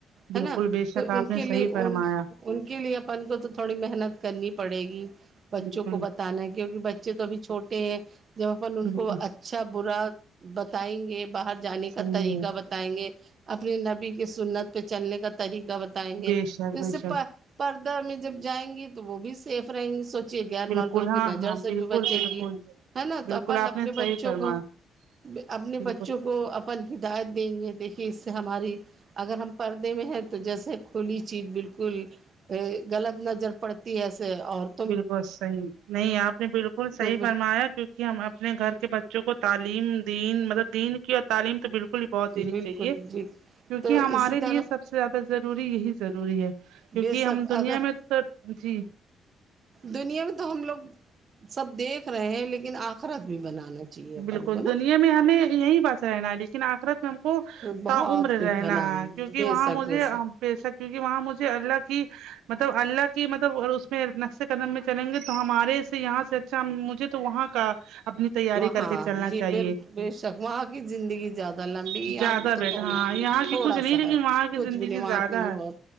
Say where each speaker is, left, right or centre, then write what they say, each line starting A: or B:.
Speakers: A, on the right; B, on the right.
A: بالکل
B: ہے نا
A: بے شک
B: تو
A: آپ
B: ان
A: نے
B: کے لیے
A: صحیح فرمایا
B: ان ان کے لیے اپن کو تو تھوڑی محنت کرنی پڑے گی بچوں
A: بالکل
B: کو بتانا کیونکہ بچے تو ابھی چھوٹے ہیں جب اپن ان
A: بالکل
B: کو ا چھا برا بتائیں گے باہر جانے کا
A: صحیح
B: طریقہ
A: ہے
B: بتا ائیں گے اپنے نبی کی سنت پہ چلنے کا طریقہ بتائیں گے
A: بے شک
B: جس
A: بے
B: سے
A: شک
B: پردہ میں جب جائیں گی تو وہ بھی سیف رہیں گی سو غیر
A: بالکل
B: مردوں کی
A: ہاں
B: نظر
A: ہاں
B: سے
A: بالکل
B: بھی بچیں
A: بالکل
B: گی ہے نا
A: بالکل
B: تو اپن
A: آپ
B: اپنے
A: نے صحیح
B: بچوں
A: فرمایا
B: کو ب اپنے
A: بالکل
B: بچوں کو اپن ہدایت دیں گے دیکھیے اس سے ہماری اگر ہم پردے میں ہیں تو جیسے کھلی چیز بالکل ا غلط نظر پڑتی ہے ایسے عورت
A: بالکل صحیح نہیں آپ نے بالکل صحیح
B: تو
A: فرمایا کیونکہ ہم اپنے گھر کے ب بچوں کو تعلیم دین مطلب دین کی اور تعلیم تو بالکل ہی بہت دینی
B: بالکل
A: چاہیے کیونکہ
B: جی تو
A: ہمارے
B: اسی طرح
A: لیے سب سے زیادہ ضروری یہی ضروری ہے کیونکہ
B: بے شک
A: ہم دنیا
B: اگر
A: میں س جی
B: دنیا میں تو ہم لوگ سب دیکھ رہے ہیں لیکن آخیرت بھی بنانا چاہیے اپن
A: بالکل
B: کو نا
A: دنیا میں ہمیں یہی بس رہنا ہے لیکن آخرت میں ہم کو
B: بہت
A: تا عمر
B: کچھ
A: رہنا
B: بنانا
A: ہے کیوںکہ
B: بے
A: وہاں
B: شک
A: مجھے
B: بے شک
A: بیشک کیوںکہ وہاں مجھے اللہ کی مطلب اللہ کی مطلب اس میں نقش قدم میں چلیں گے تو ہمارے سے یہاں سے اچھا مجھے تو وہاں کا اپنی تیاری کر
B: ہاں
A: کے چلنا
B: جی
A: چاہیے
B: ب بے شک وہاں کی زندگی زیادہ لمبی
A: زیادہ
B: یہاں کی تو
A: بیٹا
B: تھوڑی
A: ہاں یہاں
B: تھوڑا
A: کی کچھ نہیں
B: سا
A: لیکن
B: ہے
A: وہاں کی
B: کچھ
A: زندگی
B: بھی نہیں وہاں
A: زیادہ
B: کے لیے
A: ہے
B: بہت